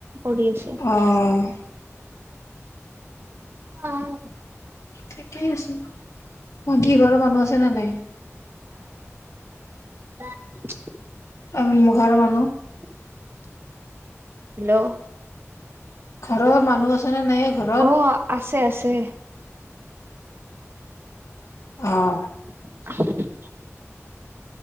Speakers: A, on the right; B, on the left.
A: কৰি আছে
B: অ'
A: অঁ
B: ঠিকেই আছো। মই কি ঘৰৰ মানুহ আছে ন নাই।
A: ব <unintelligible>
B: উম ঘৰৰ মানুহ
A: <inaudible> হেল্ল',
B: ঘৰৰ মানুহ আছে নে নাই ঘৰত?
A: অঁ আছে আছে।
B: অঁ,
A: <unintelligible>